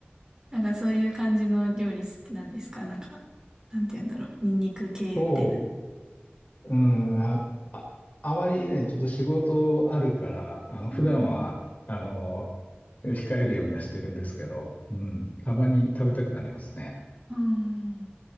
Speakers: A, on the right (about 20°); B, on the left (about 40°).
A: なんかそういう感じの料理好きなんですかなんか、なんて言うんだろう。ニンニク系みたい
B: そう、うん、あ、あ、あまりね、ちょっと仕事あるから、あの、普段は、
A: な。
B: あの、控えるようにはしてるんですけど、うん、たまに食べたくなりますね。
A: うん。